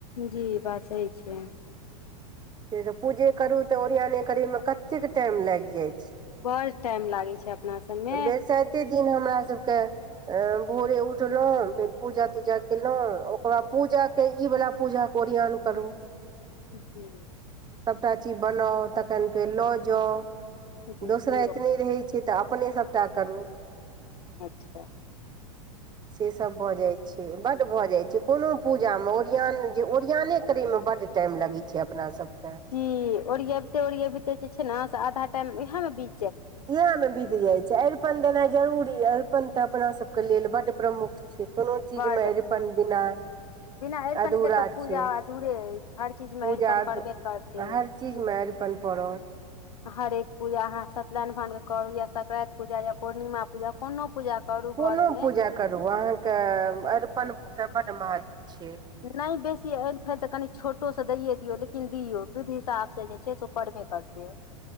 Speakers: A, on the left; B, on the right.
A: जी बात सही छै
B: से त पूजे करू तऽ ओरियान करे मे कते के टाइम लागि जाय
A: बड़ टाइम लागै छै अपना सबमे
B: बरसाइते दिन हमरा सबके भोरे उठलौं फेर पूजा तूजा केलहुँं ओकर बाद पूजा के ई वाला पूजा क ओरियान करू
A: जी
B: सबटा चीज बनाउ तखन फेर लो जाउ
A: जी सही
B: दोसराइत
A: बात
B: ने रहे छी तऽ अपने सभटा करू।
A: अच्छा
B: से सभ भऽ जाइत छै बड्ड भऽ जाइत छै कोनो पूजा मे ओरआन जे ओरियने करय मे बड्ड टाइम लगे छै अपना सब के
A: जी ओरियाबते ओरियाबते जे छै ने से आधा टाइम इएह मे बी
B: इएह मे बीत जाइ छै आ न देना जरुरी अरिपन तऽ अपना सब के लेल बड प्रमुख छी कोनो चीज
A: बड
B: मे पन बिना
A: बिना अरिपन
B: अधूरा
A: के तऽ पूजा
B: छै
A: अधुरे अछि हर चीज
B: पूजा
A: में अरिपन पड़बे करते
B: हर चीज मे अरिपन पड़त
A: हरेक पूजा अहाँ सत्य नारायण भगवान के करू या सक्रांति पूजा या पूर्णिमा पूजा कोनो पूजा करू
B: कोनो
A: घर मे
B: पूजा करू अहाँके अरिपन के बड महत्व छै
A: नय बेसी एयल फैल तऽ कनि छोटो सँ दैए दियौ लेकिन दियौ विध हिसाब सँ जे छै से पढ़वे करते